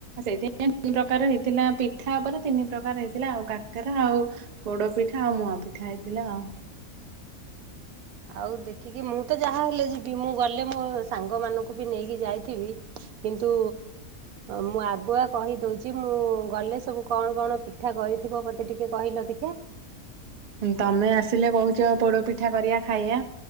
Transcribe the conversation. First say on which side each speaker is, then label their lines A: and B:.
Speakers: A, on the right (about 50°); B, on the right (about 80°).
A: ସେଇଥିାଇଁ ତିନି ପ୍ରକାର ହେଇଥିଲା ପିଠା ଉପରେ ତିନି ପ୍ରକାର ହେଇଥିଲା ଆଉ କାକେରା ଆଉ ପୋଡ଼ ପିଠା ଆଉ ମୁୂଆଁ ପିଠା ହେଇଥିଲା ଆଉ।
B: ଆଉ ଦେଖିକି ମୁଁ ତ ଯାହାହେଲେ ଯିବି ମୁଁ ଗଲେ ମୋ ସାଙ୍ଗମାନଙ୍କୁ ବି ନେଇକି ଯାଇଥିବି କିନ୍ତୁ ମୁଁ ଆଗୁଆ କହିଦଉଚି ମୁଁ ଗଲେ ସବୁ କଣ କଣ ପିଠା କରିଥିବ ମୋତେ ଟିକେ କହିଲ ଦେଖିଆ।
A: ତମେ ଆସିଲେ କହୁଛ ପୋଡ ପିଠା କରିବା ଖାଇବା